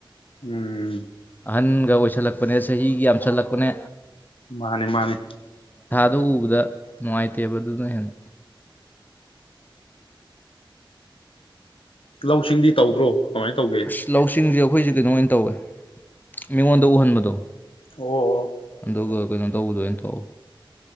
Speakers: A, on the left; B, on the left.
A: ꯎꯝ꯫
B: <unintelligible> ꯑꯣꯏꯁꯜꯂꯛꯄꯅꯦ ꯆꯍꯤꯒ ꯌꯥꯝꯁꯜꯂꯛꯄꯅꯦ
A: ꯃꯥꯅꯤ ꯃꯥꯅꯤ꯫
B: ꯑꯗꯨ ꯎꯕꯗ ꯅꯨꯡꯉꯥꯏꯇꯦꯕ ꯑꯗꯨꯅ ꯍꯦꯟꯅ꯫
A: ꯂꯧꯁꯤꯡꯗꯤ ꯇꯧꯗ꯭ꯔꯣ꯫ ꯀꯃꯥꯏꯅ ꯇꯧꯒꯦ
B: ꯑꯁ ꯂꯧꯁꯤꯡꯖ‌ꯦ ꯑꯩꯈꯣꯏꯖꯤ ꯀꯩꯅꯣ ꯑꯣꯏꯅ ꯇꯧꯋꯦ ꯃꯤꯉꯣꯟꯗ ꯎꯍꯟꯕꯗꯣ
A: ꯑꯣ
B: ꯑꯗꯨꯒ ꯀꯩꯅꯣ ꯇꯧꯕꯗꯣ ꯑꫭꯏꯅ ꯇꯧꯋꯤ